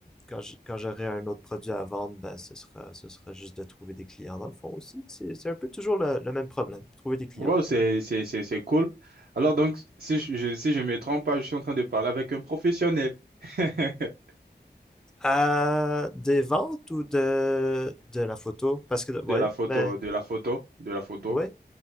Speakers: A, in the centre; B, on the right.
A: quand je- quand j'aurai un autre produit à vendre, ben ce sera, ce sera juste de trouver des clients dans le fond aussi. C'est c'est un peu toujours le le même problème, trouver des clients.
B: Wow, c'est, c'est, c'est, c'est cool. Alors, donc, si je, je- si je me trompe pas, je suis en train de parler avec un professionnel <laughs>
A: Euh, des ventes ou de, de la photo? Parce que,
B: de
A: ouais,
B: la photo,
A: ben,
B: de la photo, de la photo.
A: ouais